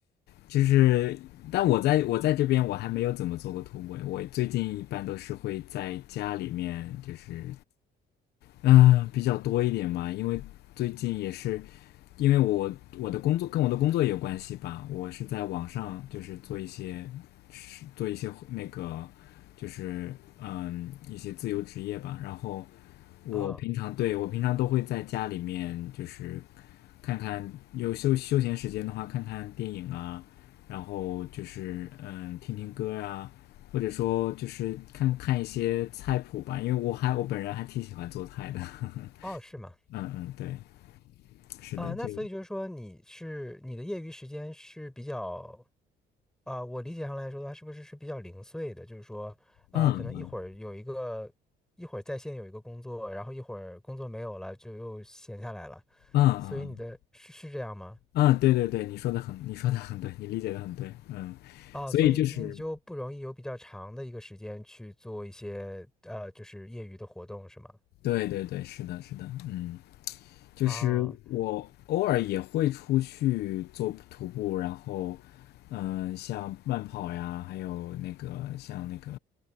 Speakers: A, on the left (about 75°); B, in the centre.
A: 就是。但我在我在这边我还没有怎么做过徒步，我最近一般都是会在家里面，就是嗯、呃比较多一点嘛，因为最近也是因为我我的工作跟我的工作也有关系吧，我是在网上就是做一些做一些那个就是嗯一些自由职业吧，然后我平常对我平常都会在家里面就是
B: 啊
A: 看看有休休闲时间的话看看电影啊，然后就是嗯听听歌啊，或者说就是看看一些菜谱吧，因为我还我本人还挺喜欢做菜的，
B: 哦，是吗？
A: <laughs> 嗯嗯对，是的，
B: 啊、
A: 就
B: 那所以就是说，你是你的业余时间是比较啊、我理解上来说的话，是不是是比较零碎的？就是说，呃，
A: 嗯嗯
B: 可能一会儿有一个，一会儿在线有一个工作，然后一会儿工作没有了，就又闲下来了。
A: 嗯嗯。
B: 所以你的是是这样吗？
A: 嗯嗯，对对对，你说的很，你说的很对，你理解的很对，嗯，
B: 啊、
A: 所以就是，
B: 所以那你就不容易有比较长的一个时间去做一些呃，就是业余的活动，是吗？
A: 对对对，是的，是的，嗯，就是我偶尔也会出去做徒步，
B: 啊，
A: 然后，嗯、像慢跑呀，还有那个像那个